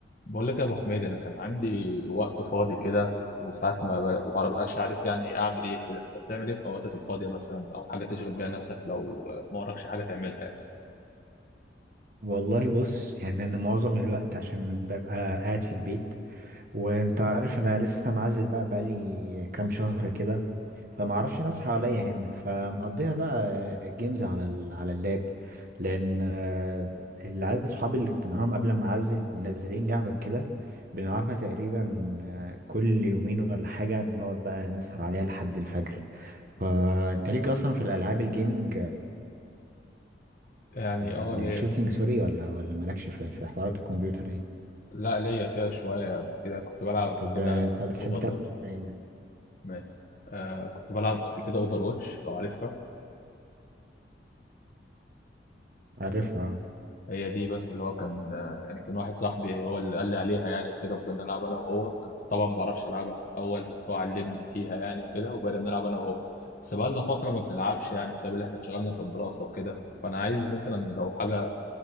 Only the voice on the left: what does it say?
بقول لك يا ابو حميد انا كان عندي وقت فاضي كده وساعات ما ب- ما ببقاش عارف يعني إيه اعمل ايه كده انت بتعمل ايه في اوقاتك الفاضيه مثلا او حاجه تشغل بيها نفسك لو ما وراكش حاجه تعملها يعني
يعني
اه ليا
شويه
لا ليا فيها شويه قبل كده كنت بلعب قبل
كده
اوفر
واتش
ماشي آه كنت بلعب قبل كده اوفر واتش لو عارفها
هي دي بس اللي هو كان يعني كان واحد صاحبي هو اللي قال لي عليها يعني وكده فضلنا نلعب انا وهو انا كنت طبعا ما بعرفش العبها في الاول بس هو علمني فيها يعني وكده وبقينا بنلعب انا وهو بس بقالنا فتره ما بنلعبش يعني بسبب اللي احنا اتشغلنا في الدراسه وكده فانا عايز مثلا لو حاجه